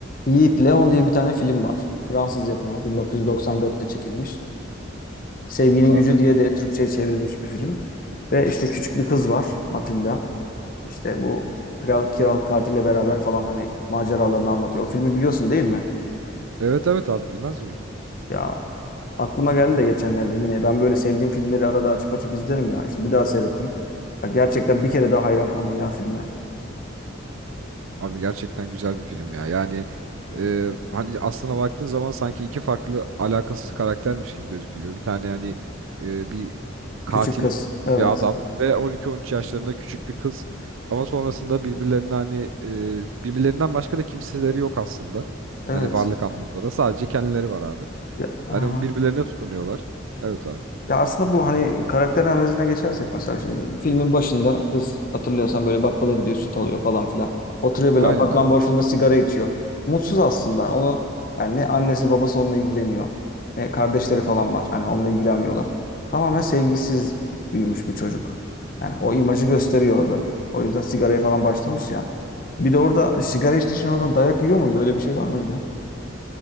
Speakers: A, on the left; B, on the right.
A: Yiğit Leon diye bir tane film var. Fransız yapımı 1994'te çekilmiş. Sevginin
B: Evet abi.
A: Gücü diye de Türkçe'ye çevrilmiş bir film. Ve işte küçük bir kız var Matilda. İşte bu kral kiral katille beraber falan hani maceralarını anlatıyor. O filmi biliyorsun değil mi?
B: Evet evet abi bilmez miyim?
A: Ya aklıma geldi de geçenlerde yine ben böyle sevdiğim filmleri arada açıp açıp izlerim ya. İşte bir daha seyrettim. Ya gerçekten bir kere daha hayran kaldım ya filme.
B: Abi gerçekten güzel bir film ya. Yani e, hani aslına baktığın zaman sanki iki farklı alakasız karaktermiş gibi gözükülüyor. Bir tane yani e, bir katil
A: Küçük kız. Evet.
B: bir adam ve 12-13 yaşlarında küçük bir kız. Ama sonrasında birbirlerinin hani e, birbirlerinden başka da kimseleri yok aslında.
A: Evet.
B: Hani varlık anlamında da sadece kendileri var abi.
A: Ya, aha.
B: Hani birbirlerine tutunuyorlar. Evet abi.
A: Ya aslında bu hani karakter analizine geçersek mesela şimdi filmin başında kız hatırlıyorsan böyle bakkala gidiyor süt alıyor falan filan. Oturuyor böyle
B: Aynen
A: apartman
B: abi.
A: boşluğunda sigara içiyor. Mutsuz aslında onu yani ne annesi babası onunla ilgileniyor ne kardeşleri falan var hani onunla ilgilenmiyorlar. Tamamen sevgisiz büyümüş bir çocuk. Yani o imajı gösteriyor orada. O yüzden sigaraya falan başlamış ya. Bir de orada sigara içtiği için oradan dayak yiyor muydu? Öyle bir şey var mıydı?